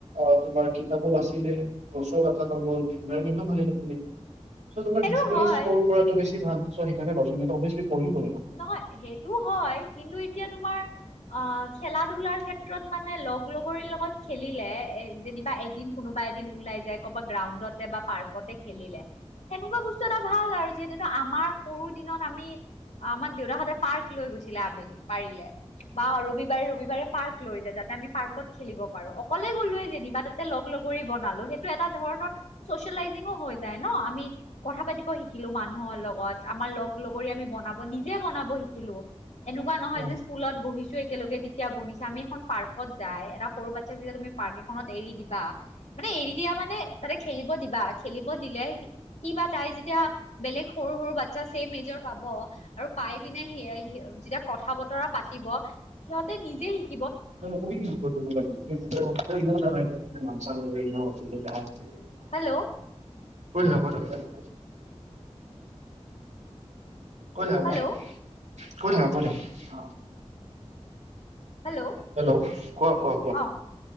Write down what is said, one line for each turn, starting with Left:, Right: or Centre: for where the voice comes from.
Right: অ', তোমাৰ কিতাপক বাচিলে, গছো কাটা নগ'ল, এনভাইৰনমেন্টো ভালে থাকিলে। চ' তোমাৰ
Left: সেইটো
Right: ডিজিটেলি
Left: হয়
Right: ষ্ট'ৰ কৰাটো বেছি ভাল। চ সেইকাৰণেই <unintelligible> অবভিয়াচলী পঢ়িব লাগিব।
Left: নহয় সেইটো হয়, কিন্তু এতিয়া তোমাৰ আহ খেলা-ধূলাৰ ক্ষেত্ৰত মানে লগ-লগৰি লগত খেলিলে এ যেনিবা এদিন, কোনোবা এদিন ওলাই যায়, ক'ৰবাত গ্ৰাউণ্ডতে বা পাৰ্কতে খেলিলে, সেনেকুৱা বস্তু এটা ভাল আৰু যিহেতু আমাৰ সৰু দিনত আমি আমাক দেউতা সদায় পাৰ্ক লৈ গৈছিলে আবেলি, পাৰিলে। বা ৰবিবাৰে ৰবিবাৰে পাৰ্ক লৈ যায়, যাতে আমি পাৰ্কত খেলিব পাৰোঁ। অকলে গ'লোয়ে যেনিবা তাতে লগ-লগৰি বনালো, সেইটো এটা ধৰণৰ ছচিয়েলাইজিংয়ো হৈ যায় ন? আমি কথা পাতিব শিকিলোঁ মানুহৰ লগত, আমাৰ লগ-লগৰি আমি বনাব, নিজে বনাব শিকিলোঁ। এনেকুৱা
Right: উম
Left: নহয় যে, স্কুলত বহিছোঁ একেলগে তেতিয়া বহিছা। আমি এখন পাৰ্কত যাই এটা সৰু বাচ্ছাৰ ভিতৰত তুমি পাৰ্ক এখনত এৰি দিবা মানে, এৰি দিয়া মানে, তাতে খেলিব দিবা। খেলিব দিলে সি সি বা তাই যেতিয়া বেলেগ সৰু সৰু বাচ্ছা ছেম এজৰ পাব <unintelligible> আৰু পাই পিনে সি এ সি অ যেতিয়া কথা-বতৰা পাতিব, সিহঁতে নিজে শি
Right: <inaudible> <inaudible>
Left: হেল্ল'
Right: কৈ থাকা, কৈ থাকা কৈ থাক
Left: হেল্ল'
Right: মই <unintelligible> কৈ থকা কৈ থকা অ
Left: হেল্ল'
Right: হেল্ল' কোৱা, কোৱা, কোৱা
Left: অ